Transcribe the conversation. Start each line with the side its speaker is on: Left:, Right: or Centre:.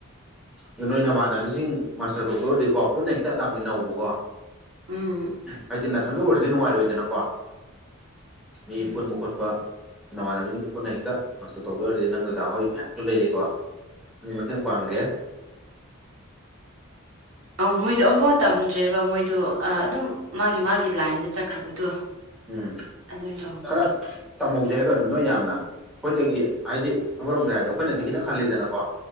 Centre: ꯗꯨ ꯅꯣꯏ ꯅꯃꯥꯟꯅꯕꯤꯖꯤꯡ ꯃꯥꯁꯇꯔ ꯇꯧꯗꯣꯔꯗꯤꯀꯣ ꯄꯨꯟꯅ ꯍꯦꯛꯇ ꯂꯥꯛꯃꯤꯟꯅꯧꯕꯀꯣ
Right: ꯎꯝ
Centre: ꯍꯥꯏꯗꯤ ꯅꯊꯟꯗ ꯑꯣꯏꯔꯗꯤ ꯅꯨꯉꯥꯏꯔꯣꯏꯗꯅꯀꯣ ꯃꯤ
Right: ꯎꯝ
Centre: ꯄꯨꯟꯕ ꯈꯣꯠ ꯑꯄ ꯅꯃꯥꯟꯅꯕꯤꯁꯤꯡꯒ ꯄꯨꯟꯅ ꯍꯦꯛꯇ ꯃꯥꯁꯇ꯭ꯔ ꯇꯧꯗ ꯑꯣꯏꯔꯗꯤ ꯅꯪ ꯗꯗꯥ ꯍꯣꯏ ꯃꯌꯥꯝꯁꯨ ꯂꯩꯔꯤꯀꯣ ꯑꯗꯨꯝ ꯃꯇꯦꯡ ꯄꯥꯡꯒꯦ
Right: ꯑꯧ ꯃꯣꯏꯗꯣ ꯑꯃꯝꯐꯥꯎ ꯇꯝꯗ꯭ꯔꯦꯕ ꯃꯣꯏꯗꯣ ꯑꯗꯨꯝ ꯃꯥꯒꯤ ꯃꯥꯒꯤ ꯂꯥꯏꯟꯗ ꯆꯠꯈ꯭ꯔꯕꯗꯣ
Centre: ꯎꯝ
Right: ꯑꯗꯨꯏ ꯇꯧꯕ
Centre: ꯈꯔ ꯇꯝꯍꯧꯖꯦ ꯍꯥꯏꯌꯨ ꯀꯩꯅꯣ ꯅꯣꯏ ꯌꯥꯝꯅ ꯑꯩꯈꯣꯏꯗꯒꯤ ꯍꯥꯏꯗꯤ ꯑꯃꯔꯣꯝꯗ ꯍꯥꯏꯔꯗꯤ ꯑꯩꯈꯣꯏꯅꯗꯤ ꯈꯤꯇꯪ ꯍꯜꯂꯤꯗꯅꯀꯣ